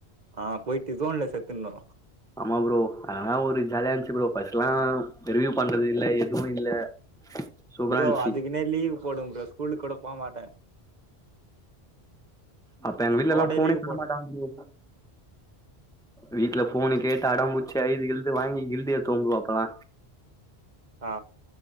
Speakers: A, on the right (about 45°); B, in the centre.
A: ஆ போய் டிஜோன்ல சேத்துருந்தோ
B: ஆமா ப்ரோ அதெல்லா ஒரு ஜாலியா இந்துச்சு ப்ரோ பஸ்லா ரிவியூ பண்றது இல்ல எதுவு இல்ல சூப்பரா
A: ப்ரோ
B: இருந்துச்சு
A: அதுக்குனே லீவ் போடுவ ப்ரோ ஸ்கூலுக்கு கூட போமாட்டே
B: அப்ப எங்க
A: ஸ்குவாடே
B: வீட்லலா போனே
A: லீவ்
B: தர
A: போடு
B: மாட்டாங்க ப்ரோ வீட்ல போனு கேட்டு அடம்புச்சி ஐது கிழுது வாங்கி கில்டு ஏத்துவ ப்ரோ அப்பலா
A: ஆ